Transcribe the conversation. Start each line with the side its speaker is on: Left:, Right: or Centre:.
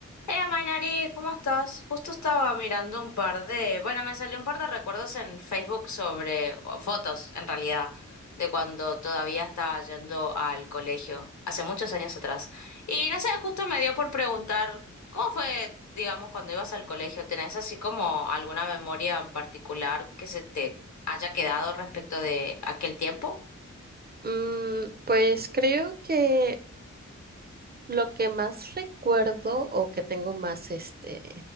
Left: Hey, Mainari, ¿cómo estás? Justo estaba mirando un par de, bueno, me salió un par de recuerdos en Facebook sobre, o fotos en realidad, de cuando todavía estaba yendo al colegio, hace muchos años atrás. Y no sé, justo me dio por preguntar, ¿cómo fue, digamos, cuando ibas al colegio? ¿Tenés así como alguna memoria en particular que se te haya quedado respecto de aquel tiempo?
Right: Mm, pues creo que lo que más recuerdo o que tengo más este